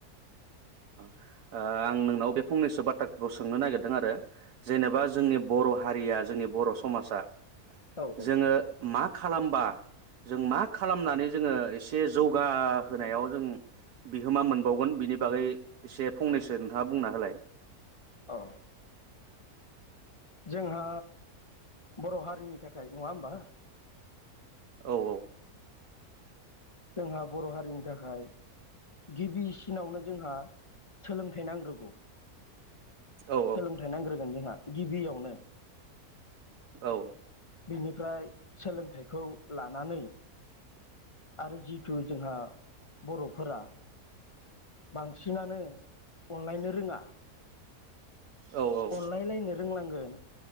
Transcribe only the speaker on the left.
औ औ
औ जोंहा बर' हारिनि थाखाय नङा होमबा?
जोंहा बर' हारिनि थाखाय गिबिसिनावनो जोंहा सोलोंथाइ नांग्रोगौ।
सोलोंथाइ नांग्रोगोन जोंहा। गिबियावनो
बिनिफ्राय सोलोंथाइखौ लानानै आरो जि थु जोंहा बर'फोरा बांसिनानो अनलायनो रोङा
अनलाय लायनो रोंनांगोन